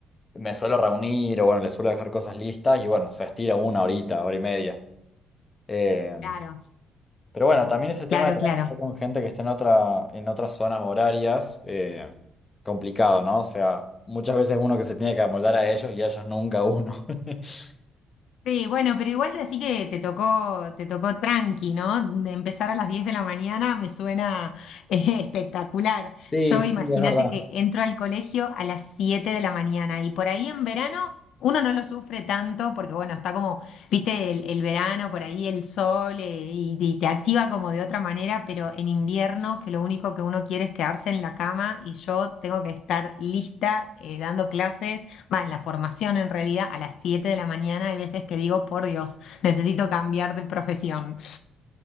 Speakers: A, on the left (about 30°); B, on the left (about 75°).
A: me suelo reunir o bueno, le suelo dejar cosas listas y bueno, se estira una horita, hora y media. Em,
B: Claro,
A: pero bueno, también ese tema
B: claro,
A: de trabajar
B: claro.
A: con gente que esté en otra, en otras zonas horarias, eh, complicado, ¿no? O sea, muchas veces uno que se tiene que amoldar a ellos y a ellos nunca a uno. <laughs>
B: Sí, bueno, pero igual así que te tocó, te tocó tranqui, ¿no? De empezar a las 10 de la mañana me suena <laughs> eh, espectacular.
A: Sí,
B: Yo imagínate
A: sí, es verdad.
B: que entro al colegio a las 7 de la mañana y por ahí en verano uno no lo sufre tanto porque bueno, está como, viste, el, el verano, por ahí el sol eh, y, y te activa como de otra manera, pero en invierno que lo único que uno quiere es quedarse en la cama y yo tengo que estar lista eh, dando clases más en la formación en realidad, a las 7 de la mañana hay veces que digo, por Dios, necesito cambiar de profesión.